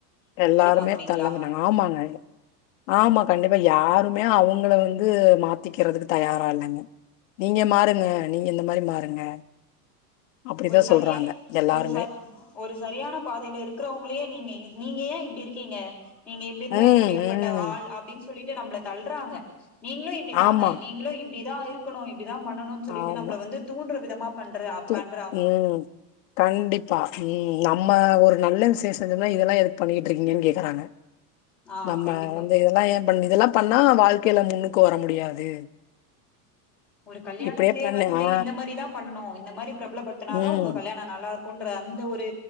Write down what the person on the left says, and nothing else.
எல்லாருமே
தள்ள <unintelligible> ஆமாங்க ஆமா கண்டிப்பா யாரும் மே அவங்கள வந்து மாத்திக்குறதுக்கு தயாரா இல்லங்க நீங்க மாறுங்க நீங்க இந்த மாரி மாறுங்க அப்படிதான்
சொல்றாங்க எல்லாருமே.
ம்,
ம்.
ஆமா,
ஆமா.
து ம் கண்டிப்பா ம் நம்ம அ ஒரு நல்ல விசேஷம் சொன்னா இதெல்லா எதுக் பண்ணிகிட்ருக்கீங்கேன் கேக்கறாங்க
நம்ம
வந்து இதெல்லா ஏ பண் இதுல்லா பண்ணா வாழ் கே ல முன்னுக்கு வர முடியாது
இப்படியே பண்ணு
ஆ.
ம்.